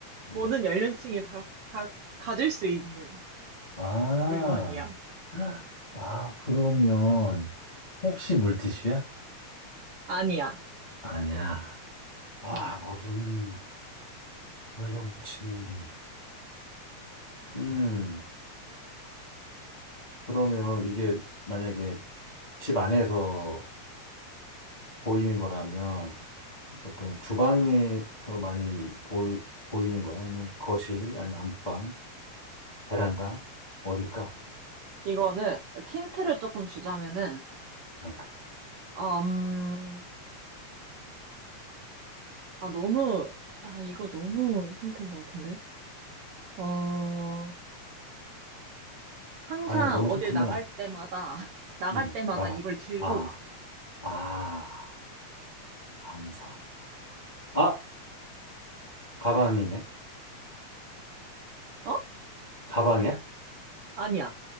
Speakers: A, on the right (about 65°); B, on the left (about 30°).
A: 모든
B: 음.
A: 연령층이 다 가, 가질 수 있는
B: 아,
A: 물건이야.
B: 아, 그러면 혹시 물티슈야?
A: 아니야.
B: 아니야. 아,
A: 음.
B: 모든 연령층이. 음, 그러면 이게 만약에 집 안에서 보이는 거라면 보통 주방에서 많이 보이, 보이는 거야? 아니면 거실, 아니면 안방, 베란다? 어딜까?
A: 이거는 힌트를 조금 주자면은,
B: 아,
A: 음, 아, 너무, 아, 이거 너무 힌트인 것 같은데? 어, 항상
B: 아니야, 너무
A: 어딜
B: 힌트면
A: 나갈
B: 안,
A: 때마다, <laughs> 나갈
B: 응
A: 때마다
B: 나가.
A: 이걸 들고
B: 아,
A: 가.
B: 아, 항상. 아, 가방이네.
A: 어?
B: 가방이야?
A: 아니야.